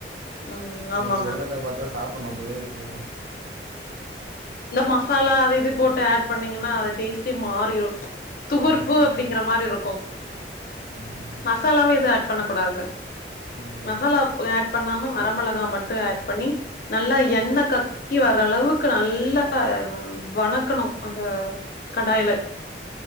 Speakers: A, on the left; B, on the right.
A: ம் ஆமாங்க
B: நீங்க சொல்றத பாத்தா சாப்புட்ணு போலயே இருக்குங்க
A: அ மசாலா அதையு இதையு போட்டு ஆட் பண்ணீங்கனா அது டேஸ்டே மாறிரு துவர்ப்பு
B: ம்
A: அப்படிங்குற மாரி இருக்கு
B: ம்
A: மசாலாவு எது ஆட் பண்ணக்கூடாது
B: ம்
A: மசாலாப் ஆட் பண்ணாம வர மெளகா மட்டு ஆட் பண்ணி நல்லா எண்ணெ கக் கி வர்ர அளவுக்கு நல் நல்லா ம் வணக்கணு அந்த கடாய்லே